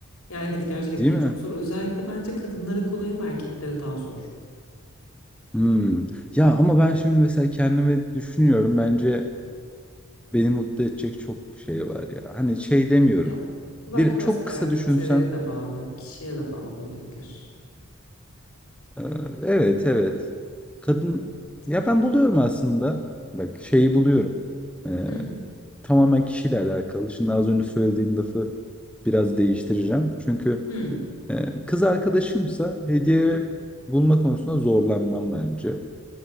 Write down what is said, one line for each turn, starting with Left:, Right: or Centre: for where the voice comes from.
Left: Ya evet gerçekten
Centre: Değil mi?
Left: çok zor. Özellikle bence kadınlara kolay ama erkeklere daha zor.
Centre: Hımm. Ya, ama ben şimdi mesela kendimi düşünüyorum. Bence beni mutlu edecek çok şey var ya. Hani şey demiyorum.
Left: Ya bu belki
Centre: Bir
Left: biraz
Centre: çok
Left: karaktere
Centre: kısa düşünsem,
Left: de bağlı, kişiye de bağlı olabilir.
Centre: eee, evet, evet. Kadın
Left: Evet.
Centre: ya, ben buluyorum aslında. Bak şeyi buluyorum. Eee,
Left: Hı.
Centre: tamamen kişiyle alakalı. Şimdi az önce söylediğim lafı biraz değiştireceğim. Çünkü,
Left: Hı.
Centre: eee, kız arkadaşımsa hediye bulma konusunda zorlanmam bence.